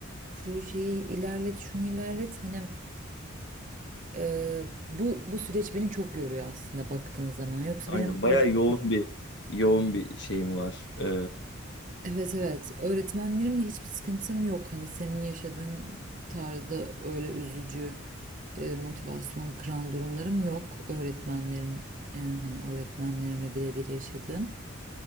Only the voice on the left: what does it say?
Aynen
bayağı
yoğun bir yoğun bir şeyin var. E,